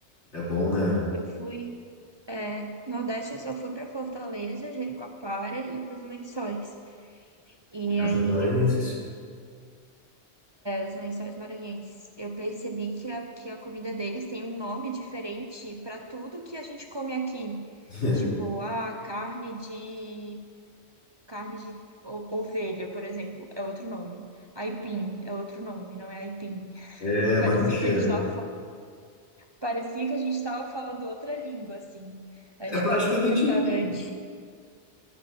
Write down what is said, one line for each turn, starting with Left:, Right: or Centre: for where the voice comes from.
Left: É bom, né?
Right: Eu fui, é, Nordeste eu só fui para Fortaleza, Jericoacoara e para os Lençóis. E
Left: Lençóis
Right: aí
Left: Maranhenses?
Right: eu os lençóis maranhenses. Eu percebi que a, que a comida deles tem um nome diferente para tudo que a gente come aqui.
Left: <laughs>
Right: Tipo, a carne de carne de o- ovelha, por exemplo, é outro nome. Aipim é outro nome, não é aipim.
Left: É,
Right: Parecia
Left: macaxeira.
Right: que a gente estava parecia que a gente estava falando outra língua assim. A
Left: É
Right: gente
Left: praticamente
Right: parou num restaurante
Left: isso.